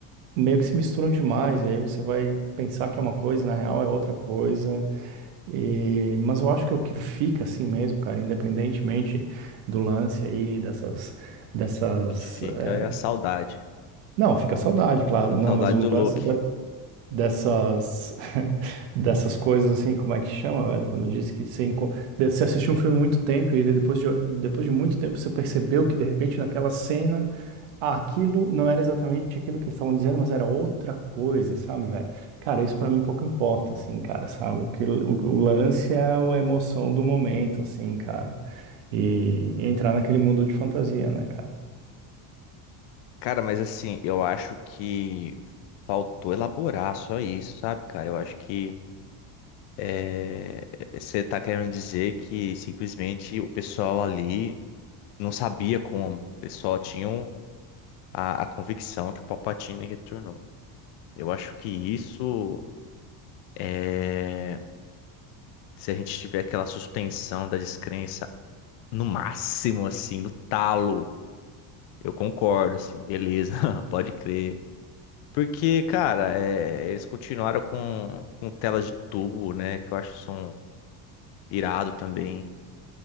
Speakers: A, on the right (about 75°); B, on the left (about 60°).
A: Meio que se misturam demais. E aí você vai pensar que é uma coisa e na real é outra coisa. E, mas eu acho que o que fica assim mesmo, cara, independentemente do lance aí, dessas, dessas.
B: O que fica
A: eh,
B: é a saudade.
A: Não, fica a saudade, claro, não,
B: Saudade
A: mas o
B: do
A: lance
B: Luke.
A: da- dessas, <laughs> dessas coisas assim, como é que chama, velho? Quando diz que você, enco- de- você assistiu um filme há muito tempo e depois de, depois de muito tempo você percebeu que de repente naquela cena. Aquilo não era exatamente aquilo que eles estavam dizendo, mas era outra coisa, sabe, velho? Cara, isso pra mim pouco importa, assim, cara, sabe? O que o, o lance é a emoção do momento, assim, cara. E entrar naquele mundo de fantasia, né, cara?
B: Cara, mas assim, eu acho que faltou elaborar só isso, sabe, cara? Eu acho que é, você tá querendo dizer que simplesmente o pessoal ali não sabia como. Eles só tinham a, a convicção que o Palpatine retornou. Eu acho que isso é. Se a gente tiver aquela suspensão da descrença no máximo, assim, no talo. Eu concordo, assim, beleza, <laughs> pode crer. Porque, cara, é, eles continuaram com, com telas de tubo, né? Que eu acho que são irado também